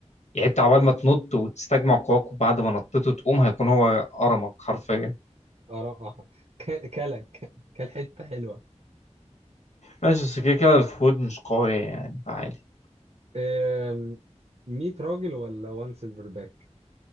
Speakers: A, on the left; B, on the right.
A: يعني أنت عبال ما تنط وتستجمع قواك وبعد ما نطيت وتقوم هيكون هو قرمك حرفيا
B: اه كلك كان حته حلوه
A: ماشي بس كده كده الوحود مش قوية يعني فعادي
B: أم، 100 راجل ولا 1 سيلفر باك